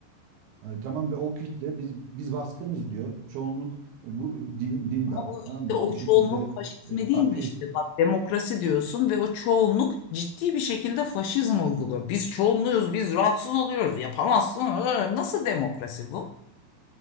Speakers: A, on the right; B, on the left.
A: Ay, tamam be o kitle biz biz baskınız diyor. Çoğunluk e, bu e, din, dindar
B: Ama bu
A: tamam
B: işte
A: mı?
B: o
A: Bu
B: çoğunluk
A: şekilde
B: faşizmi
A: e,
B: değil
A: ateist
B: mi işte? Bak demokrasi diyorsun ve o çoğunluk ciddi bir şekilde faşizm uyguluyor. Biz çoğunluğuz, biz rahatsız oluyoruz. Yapamazsın. Ee, Nasıl demokrasi bu?